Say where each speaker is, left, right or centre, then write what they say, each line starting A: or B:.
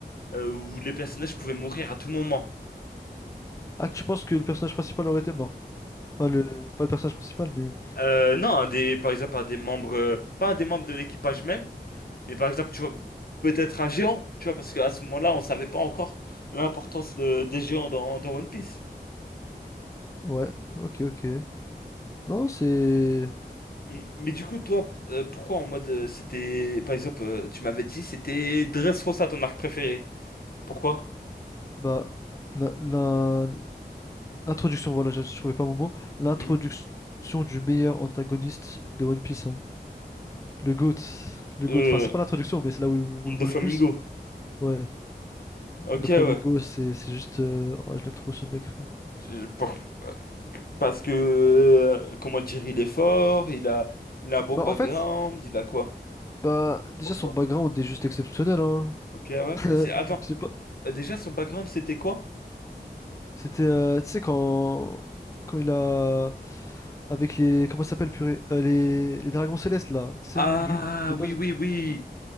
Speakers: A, on the left (about 60°); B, on the left (about 20°).
A: euh, où les personnages pouvaient mourir à tout moment.
B: Ah, tu penses que le personnage principal aurait été mort? Pas le, pas le personnage principal, mais...
A: Euh, non, un des, par exemple, un des membres, euh, pas un des membres de l'équipage même, mais par exemple, tu vois, peut-être un géant, tu vois, parce qu'à ce moment-là, on savait pas encore l'importance de- des géants dans, dans One Piece.
B: Ouais, ok, ok. Non, c'est...
A: Mm. Mais du coup, toi, euh, pourquoi en mode, euh, c'était, par exemple, euh, tu m'avais dit, c'était Dressrosa, ton arc préféré. Pourquoi?
B: Bah, la, la- l'introduction, voilà, je, je trouvais pas mon mot. L'introduction
A: Mm.
B: du meilleur antagoniste de One Piece, hein. Le GOAT. Le
A: Euh,
B: GOAT. Enfin, c'est pas l'introduction, mais c'est là où on le voit
A: Doflamingo.
B: le plus. Ouais.
A: Ok,
B: Le Flamingo,
A: ouais.
B: c'est c'est juste... euh, oh, je l'aime trop, ce mec. ouais.
A: Je- pour- Parce que, euh, comment dire, il est fort, il a, il a un beau
B: Bah,
A: background,
B: en fait...
A: il a quoi?
B: Bah, déjà,
A: Pour
B: son
A: toi.
B: background est juste exceptionnel, hein.
A: Ok, ouais.
B: <laughs>
A: Et
B: Euh,
A: c'est- attends
B: Je sais pas.
A: Euh, Déjà, son background, c'était quoi?
B: C'était, euh, tu sais, quand... quand il a. Avec les. Comment ça s'appelle, purée? Euh, les... les dragons célestes, là. Tu sais,
A: Ah,
B: lui, de base.
A: oui, oui, oui.